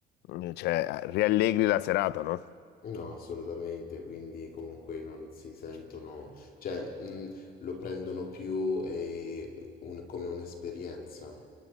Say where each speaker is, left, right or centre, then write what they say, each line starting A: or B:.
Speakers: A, on the left; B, on the left.
A: eh, cioè, riallegri la serata, no?
B: No, assolutamente, quindi comunque non si sentono, cioè mh, lo prendono più eh, un- come un'esperienza.